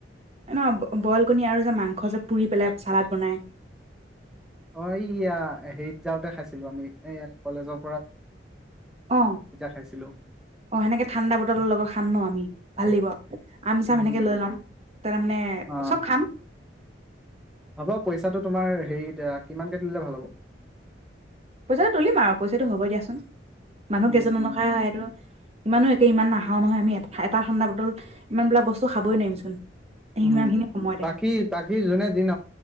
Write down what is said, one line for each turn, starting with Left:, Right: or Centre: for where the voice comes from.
Right: ন বইল কণী আৰু যে মাংস যে পুৰি পেলাই ছালাড বনাই
Centre: অ এইয়া হেৰিত যাওঁতে খাইছিলো আমি এই কলেজক
Right: অ
Centre: খাইছিলো
Right: অ সেনেকে ঠাণ্ডা বটলৰ লগত খাম ন আমি ভাল লাগিব আম চাম
Centre: উম
Right: সেনেকে লৈ লম তাৰমানে
Centre: অ
Right: চব খাম
Centre: হ'ব পইচাটো তোমাৰ হেৰি কিমানকে তুলিলে ভাল হ'ব
Right: পইচাটো তুলিম আৰু পইচাটো হ'ব দিয়াচোন মানুহ
Centre: উম
Right: কেইজন অনুসায়
Centre: উম
Right: হয় সেইটো ইমানো একে ইমান নাখাও নহয় আমি এটা খডাৰ বদল ইমান বিলাক বস্তু খাবই নোৱাৰিমচোন সিমান
Centre: উম
Right: খিনি সময়তে
Centre: বাকী বাকী যোনে দিন